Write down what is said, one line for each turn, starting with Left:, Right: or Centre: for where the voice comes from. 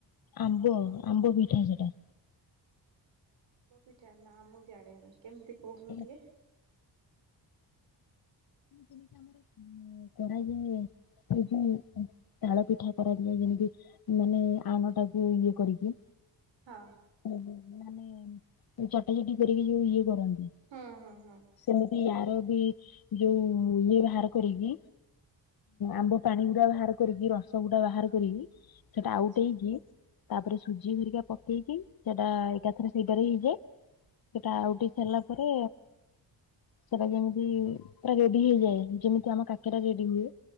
Left: ଆମ୍ବ ଆମ୍ବ ପିଠା ସେଟା।
Right: ଆମ୍ବ ପିଠା ନା ମୁଁ ଜାଣିନି। କେମିତି କହୁନୁ
Left: <unintelligible>
Right: ଟିକେ
Left: ଯେମିତି ଆମର ହଁ କରାଯାଏ, ସେ ଯୋଉ ତାଳ ପିଠା କରାଯାଏ, ଯେମିତି ମାନେ ଆଣ ଟାକୁ ଇଏ କରିକି।
Right: ହଁ।
Left: ଉଁ, ମାନେ ଚଟାଚଟି କରିକି ଯଉ ଇଏ କରନ୍ତି।
Right: ହଁ ହଁ ହଁ
Left: ସେମିତି ଆର ବି ଯଉ ଇଏ ବାହାର କରିକି ଆମ୍ବ ପାଣି ଗୁଡା ବାହାର କରିକି ରସ ଗୁଡା ବାହାର କରିକି ସେଟା
Right: ଆଚ୍ଛା
Left: ଆଉଟ ହେଇକି ତାପରେ ସୁଜି ହରିକା ପକେଇକି ସେଟା ଏକାଥରେ ସେଇଟାରେ ହେଇଯାଏ। ସେଟା ଆଉ ଟିକେ ସ ତାରେ ସେଟା ଯେମିତି ପୁରା ରେଡି ହେଇଯାଏ, ଯେମିତି ଆମ କାକରା ରେଡି ହୁଏ।